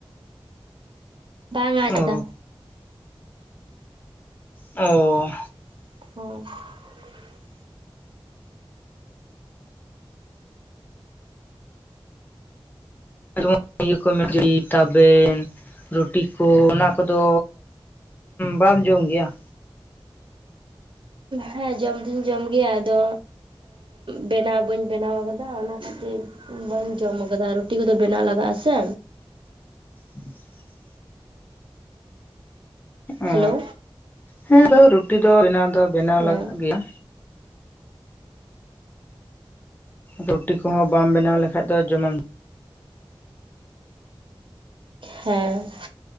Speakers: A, on the right; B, on the left.
A: ᱵᱟᱝᱼᱟ ᱡᱟᱫᱟ᱾
B: ᱚ ᱚ
A: <unintelligible>
B: <unintelligible> ᱤᱭᱟᱹ ᱠᱚ ᱠᱷᱟᱹᱡᱟᱹᱲᱤ ᱛᱟᱵᱮᱱ ᱨᱩᱴᱤ ᱠᱚ ᱚᱱᱟ ᱠᱚᱫᱚ ᱵᱟᱢ ᱡᱚᱢ ᱜᱮᱭᱟ
A: ᱦᱮᱸ ᱡᱚᱢ ᱫᱩᱧ ᱡᱚᱢ ᱜᱮᱭᱟ, ᱟᱫᱚ ᱵᱮᱱᱟᱣ ᱵᱟᱹᱧ ᱵᱮᱱᱟᱣ ᱟᱠᱟᱫᱟ ᱚᱱᱟ ᱚᱱᱟ ᱠᱷᱟᱹᱛᱤᱨ ᱵᱟᱹᱧ ᱡᱚᱢ ᱟᱠᱟᱫᱟ ᱨᱩᱴᱤ ᱠᱚᱫᱚ ᱵᱮᱱᱟᱣ ᱞᱟᱜᱟᱜᱼᱟ ᱥᱮ᱾
B: <inaudible> ᱚ
A: ᱦᱮᱞᱳ
B: ᱦᱮᱸᱫᱚ ᱨᱩᱴᱤ ᱫᱚ ᱵᱮᱱᱟᱣ ᱫᱚ ᱵᱮᱱᱟᱣ
A: ᱦᱮᱸ
B: ᱞᱟᱜᱟᱜ ᱜᱮᱭᱟ ᱨᱩᱴᱤ ᱠᱚᱦᱚᱸ ᱵᱟᱢ ᱵᱮᱱᱟᱣ ᱞᱮ ᱠᱷᱟᱡ ᱫᱚ ᱡᱚᱢ ᱟᱢ
A: ᱦᱮᱸ